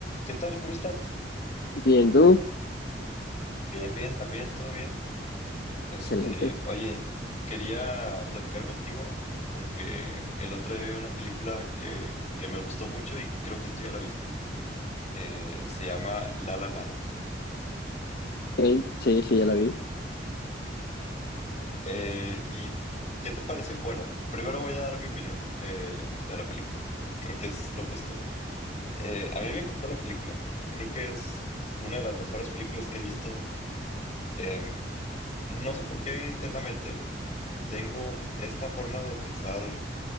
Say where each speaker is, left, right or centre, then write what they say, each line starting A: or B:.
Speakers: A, on the left; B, on the left.
A: ¿Qué tal? ¿Cómo estás?
B: Bien, tú.
A: Bien, bien, también, todo bien. Este,
B: Excelente.
A: oye, quería platicar contigo porque el otro día vi una película que, que me gustó mucho y creo que tú ya la viste. Eh, se llama La La Land.
B: Hey, sí, sí, ya la vi.
A: Eh, ¿y qué te parece? Bueno, primero voy a dar mi opinión eh, de la película. Creo que es lo justo. Eh, a mí me encantó la película. Creo que es una de las mejores películas que he visto. Em, no sé por qué internamente. Tengo esta forma de pensar